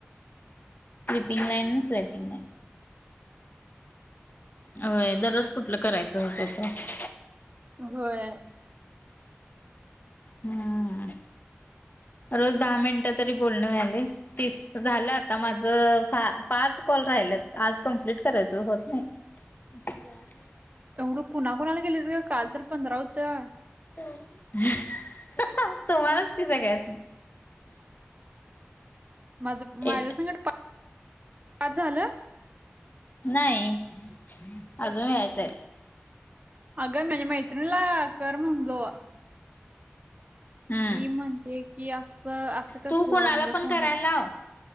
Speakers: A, on the left (about 45°); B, on the right (about 35°).
A: स्लिपिंग लाइन स्लॅटिंग लाईन होय दररोज कुठलं करायचं होतंय फोन
B: होय.
A: हम्म रोज दहा मिनिटं तरी बोलणं व्हायलय. तीस झालं आता माझ, पाच कॉल राहिलेत आज कंम्प्लीट करायचं होत नाही. <unintelligible>
B: तेवढं कोणाकोणाला केलीस गं, काल तरी पंधरा होतं.
A: <unintelligible> तुम्हालाच की सगळ्यासनी.
B: माझं माझ्यासंगट
A: एट
B: पाच झालं.
A: नाही अजून व्हायचाय.
B: अगं माझ्या मैत्रिणीला कर म्हणलो.
A: हम्म
B: ती म्हणते की असं, असं कसं
A: तू कोणाला
B: म्हणजे
A: पण
B: फोन.
A: करायला लाव.